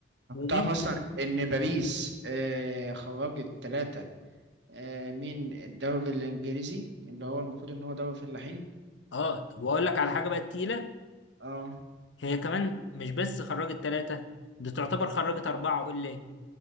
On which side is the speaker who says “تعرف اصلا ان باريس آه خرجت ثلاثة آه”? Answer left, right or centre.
Right